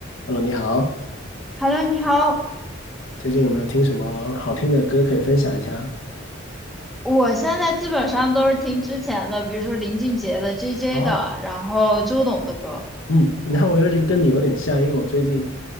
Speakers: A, on the left (about 80°); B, in the centre.
A: Hello，你好，
B: Hello，你好，
A: 最近有没有听什么好听的歌可以分享一下？
B: 我现在基本上都是听之前的，比如说林俊杰的、JJ
A: 哦，
B: 的，然后周董的歌。
A: 嗯，然后我又跟你有点像，因为我最近